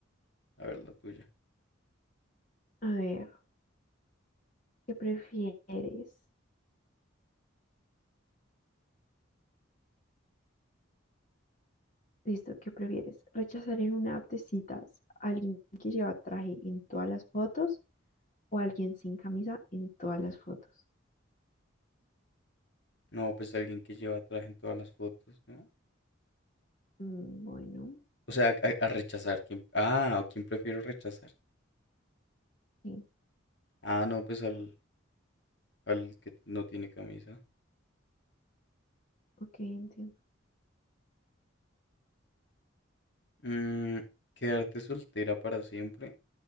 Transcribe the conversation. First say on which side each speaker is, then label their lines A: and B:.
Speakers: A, on the left (about 60°); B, on the left (about 40°).
A: A ver la tuya.
B: A ver, ¿qué prefieres? Listo, ¿qué prefieres? ¿Rechazar en una app de citas a alguien que lleva traje en todas las fotos o a alguien sin camisa en todas las fotos?
A: No, pues alguien que lleva traje en todas las fotos, ¿no?
B: Mm, bueno,
A: O sea, a, a rechazar. ¿Quién, ah, o quién prefiero rechazar?
B: sí,
A: Ah, no, pues al, al que no tiene camisa.
B: ok, entiendo.
A: Mm, quedarte soltera para siempre